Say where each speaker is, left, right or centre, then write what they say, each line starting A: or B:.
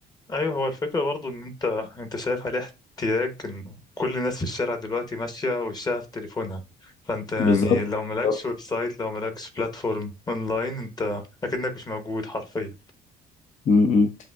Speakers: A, on the left (about 25°); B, on the left (about 45°).
A: ايوه هو الفكره برضو ان انت انت شايف عليه احتياج ان كل الناس في الشارع دلوقتي ماشيه وشها في تليفونها فانت يعني
B: بالظبط
A: لو مالكش
B: بالظبط
A: ويب سايت لو مالكش بلاتفورم اونلاين انت اكنك مش موجود حرفيا
B: م- م.